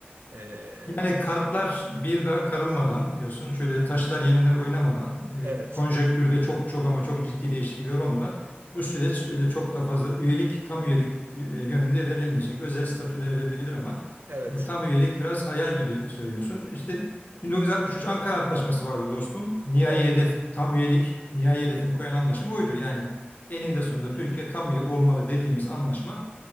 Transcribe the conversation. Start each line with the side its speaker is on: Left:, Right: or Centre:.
Right: Ee,
Left: Yani kartlar bir daha karılmadan diyorsun. Şöyle taşlar yeniler oynamadan,
Right: evet,
Left: e, konjektürde çok çok ama çok ciddi değişiklikler olmadan bu süreç öyle çok da fazla üyelik, tam üyelik e, yönünde ilerlemeyecek. Özel statüler verilebilir ama
Right: evet,
Left: e, tam üyelik biraz hayal gibi söylüyorsun. İşte 1963 Ankara Antlaşması vardı dostum. Nihai
Right: evet.
Left: hedef tam üyelik, nihai hedefini koyan anlaşma oydu. Yani eninde sonunda Türkiye tam üye olmalı dediğimiz anlaşma